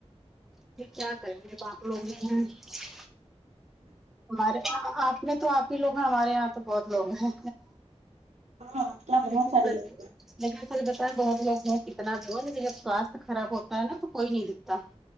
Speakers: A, in the centre; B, on the right.
A: پہر کیا کریں <unintelligible> ہمارے آپ نے تو آپ ہی لوگ ہیں ہمارے یہاں تو بہت لوگ ہیں <unintelligible>
B: ہاں کیا بہت سارے لوگ،
A: لیکن اصل بات بہت لوگ ہیں کتنا دور ہے لیکن جب سوستھ خراب ہوتا ہے نا تو کوئی نہیں دکھتا